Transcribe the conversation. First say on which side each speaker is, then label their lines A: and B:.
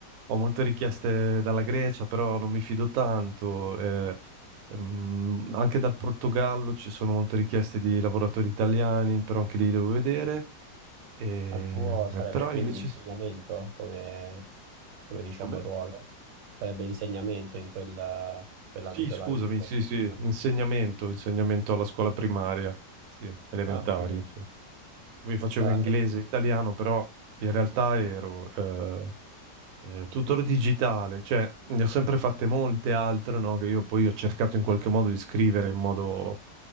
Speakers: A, on the right (about 70°); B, on the right (about 85°).
A: ho molte richieste dalla Grecia, però non mi fido tanto. eh, ehm, anche dal Portogallo ci sono molte richieste di lavoratori italiani, però anche lì devo vedere. E-
B: Ma il tuo sarebbe
A: eh, però
B: quindi
A: invece...
B: insegnamento come, come diciamo
A: Come?
B: ruolo? Sarebbe insegnamento in quella- quell'ambito
A: Sì, scusami,
B: là, information.
A: sì, sì,
B: no?
A: insegnamento, insegnamento alla scuola primaria, sì, elementari,
B: Ah, ci,
A: insomma. Come
B: ci
A: facevo
B: sta.
A: inglese e italiano, però in realtà ero eh, eh, tutor digitale, cioè ne ho sempre fatte molte altre, no? Che io poi ho cercato in qualche modo di scrivere in modo